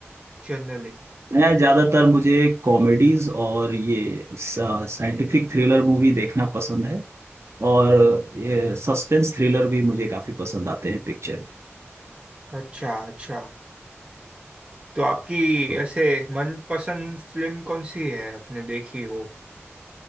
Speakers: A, on the right; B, on the right.
A: जनरली
B: मैं ज्यादातर मुझे कॉमेडीज और ये साइंटिफिक थ्रिलर मूवी देखना पसंद है और ये सस्पेंस थ्रिलर भी मुझे काफी पसंद आते हैं पिक्चर
A: अच्छा अच्छा तो आपकी
B: तो
A: ऐसे मनपसंद फिल्म कौन सी है आपने देखी हो